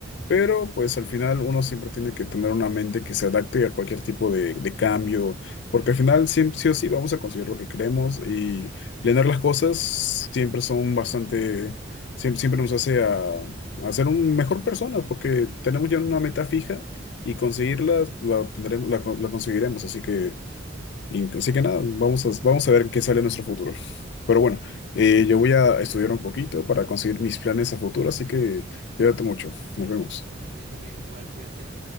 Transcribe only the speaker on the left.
Pero pues al final uno siempre tiene que tener una mente que se adapte a cualquier tipo de, de cambio, porque al final siempre sí o sí vamos a conseguir lo que queremos y planear las cosas siempre son bastante siem- siempre nos hace a, a ser un mejor personas porque tenemos ya una meta fija y conseguirla la tendremos, la, con- la conseguiremos. Así que, y- así que nada, vamos a, vamos a ver qué sale en nuestro futuro. Pero bueno, eh,
yo voy a estudiar un poquito para conseguir mis planes a futuro, así que cuídate mucho. Nos vemos.